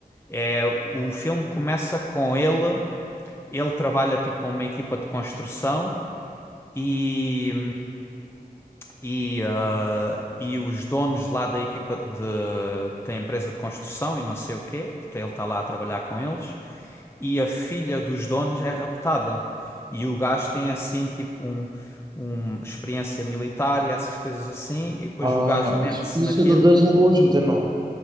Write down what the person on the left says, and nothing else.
É, o filme começa com ele, ele trabalha tipo uma equipa de construção e, e, ah, e os donos lá da equipa de, da empresa de construção e não sei o quê, ele está lá a trabalhar com eles e a filha dos donos é raptada. E o gajo tem assim tipo um, um experiência militar e essas coisas assim, e depois
o gajo mete-se
naquilo.